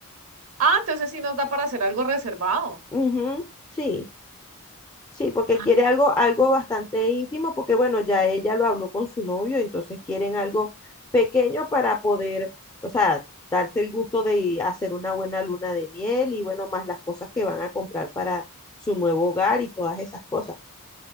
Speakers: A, on the right; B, on the left.
A: Ah, entonces sí nos da para hacer algo reservado.
B: Ujú, sí. Sí, porque
A: Ah,
B: quiere algo, algo
A: mm.
B: bastante íntimo, porque bueno, ya ella lo habló con su novio, entonces quieren algo pequeño para poder, o sea, darse el gusto de hacer una buena luna de miel y bueno, más las cosas que van a comprar para su nuevo hogar y todas esas cosas.